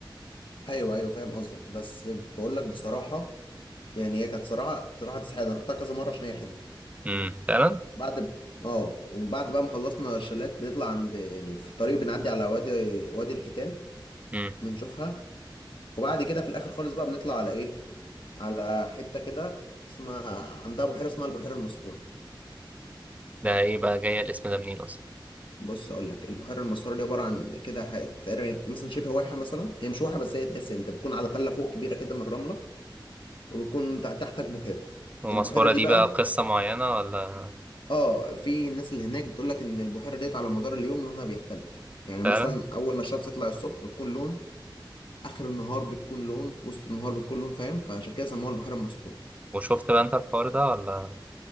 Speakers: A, on the left; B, on the right.
A: ايوه ايوه فاهم قصدك بس بقول لك بصراحه يعني هي كانت صراحه بصراحه تستحق انا رحتها كذا مره عشان هي حلوه
B: امم فعلا
A: بعد ب... اه وبعد بقى ما خلصنا الشلات بنطلع عند يعني في الطريق بنعدي على وادي وادي الحيتان
B: امم
A: بنشوفها وبعد كده في الاخر خالص بقى بنطلع على ايه على حتة كده اسمها عندها بحيرة اسمها البحيرة المسحورة
B: ده ايه بقى جايه الاسم ده منين اصلا
A: بص اقول لك البحيرة المسحورة دي عبارة عن كده ح- تقريبا مثلا شبه واحة مثلا هي مش واحة بس هي تحس انت بتكون على تلة فوق كبيرة كده من الرملة وبتكون تع- تحتك بحيرة
B: ومسحورة
A: البحيرة دي
B: دي
A: بقى
B: بقى قصة معينة ولا
A: اه في الناس اللي هناك بتقول لك ان البحيرة ديت على مدار اليوم لونها بيختلف يعني
B: فعلا
A: مثلا اول ما الشمس تطلع الصبح بتكون لون اخر النهار بتكون لون وسط النهار بتكون لون فاهم فعشان كده سموها البحيرة المسحورة
B: وشفت بقى انت الحوار ده ولا